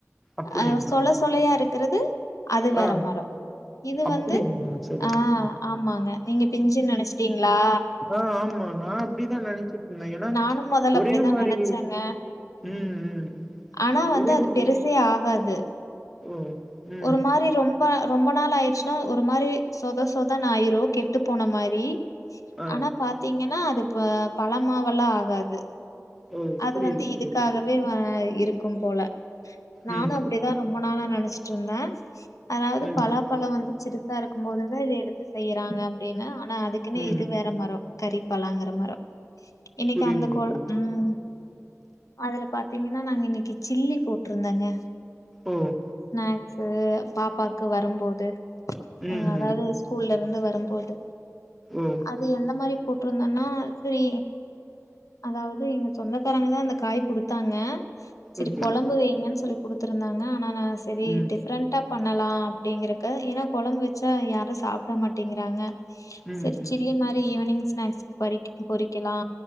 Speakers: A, in the centre; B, on the left (about 85°).
A: அப்டிங்களா
B: அஹ் சொள சொளையா இருக் கிறது அது வேற
A: ஆ
B: மரம் இது
A: அப்டிங்களா
B: வந்து
A: சரி
B: ஆஹ்
A: சரி.
B: ஆமாங்க நீங்க பிஞ்சின்னு நினைச்சிட்டீங்களா
A: ஆஹ் ஆமா நான் அப்படிதான் நெனச்சிட்டு இருந்தன் ஏன்னா
B: நானும் மொதல்ல
A: ஒரே
B: அப்படிதான்
A: மாரி
B: நெனச்சேங்க.
A: ம் ம்
B: ஆனா வந்து
A: ஒரே
B: அது
A: மாரி
B: பெருசே ஆகாது.
A: ஓ ம்
B: ஒரு மாரி ரொம் ப ரொம்ப நாள் ஆயிடுச்சுன்னா ஒரு மாரி சொத சொதனு ஆயிரும் கெட்டு போன மாரி
A: ஆ
B: ஆனா பாத்தீங்கன் னா அது இப்ப பழமாவல்லாம் ஆகாது
A: ஓ
B: அது
A: புரியுது
B: வந்து இதுக்காகவே
A: புரியுது
B: வ இருக்கு இருக்கும் போல நானும்
A: ம்
B: அப்படிதான் ரொம் ப நாளா நெனச்சு ட்டுருந்த அதாவது
A: ம்
B: பலா பழ வந்து சிறுசா இருக்கு போது தா இத எடுத்து செய்யணு தாங்க அப்டின்னா ஆனா அதுக்குன்னு
A: ம்
B: இது வேற மரோ கறிப்பலாங்கிற மரோ இன்னைக்கு
A: புரியுதுங்க
B: அந்த கோ
A: தோழி
B: உம் அதுல பாத்தீங்கன்னா நாங்க இன்னைக்கு சில்லி போட்டிருந்தேங்க
A: உம்
B: சு பாப்பாக்கு வரும்போது ஹ
A: ம்
B: அதாவது
A: ம்
B: ஸ்கூல்ல இருந்து வரு ரும் போது
A: ஓ
B: அது எந்த மாரி போட்டிருந்தேன்னா சரி அதாவது எங்க சொந்தக்காரங்க தான் அந்த காய் குடுத்தாங்க செரி
A: ஓகே
B: கொழம்பு வைங்கன்னு சொல்லி குடுத்தருந்தாங்க ஆனா நா சரி
A: ம்
B: டிஃப்ரெண்டாப் பண்ணலா அப்படிங்கறக்கு ஏன்னா கொழம்பு வச்சா யாரு சாப்ட மாட்டேங்கிறாங்க
A: ம்
B: செரி
A: ம்
B: சில்லி மாரி ஈவ்னிங் ஸ்னாக்ஸ் பரிக்கு பொறிக்கலா